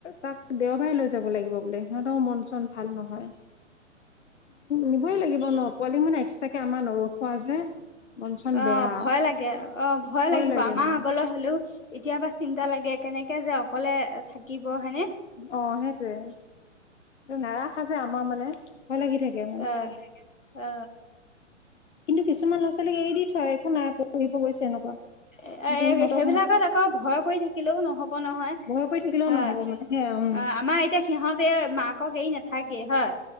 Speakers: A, on the left (about 65°); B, on the left (about 85°).
A: তাক দেওবাৰে লৈ যাব লাগিব বোলে। সিহঁতৰও মন চন ভাল নহয়। নিবই লাগিব ন পোৱালি মানে এক্সট্ৰকে আমাৰ নৰখোৱা যে। মন চন
B: অ
A: বেয়া
B: ভয় লাগে অ ভয় লাগিব
A: লাগে
B: আমাৰ
A: মানে
B: আগলৈ হলেও- এতিয়া পা চিন্তা লাগে কেনেকে যে অকলে থাকিব হয়নে।
A: অ' সেইটোয়ে। নাৰাখা যে আমাৰ মানে ভয় লাগি থাকে মানে।
B: অ অ
A: কিন্তু, কিছুমান লৰা ছোৱালীক এৰি দি থয় একো নাই পঢ়িব গৈছে এনেকুৱা।
B: এ,
A: কিন্তু সিহঁতক
B: সেইবিলাকত আকৌ' ভয় কৰি থাকিব- থাকিলেও নহ'ব নহয় ন।
A: ভয় কৰি থাকিলেও
B: অ'
A: নহব মানে সে উম
B: আমাৰ এতিয়া,। সিহঁতে মাকক এৰি নাথাকে হয়।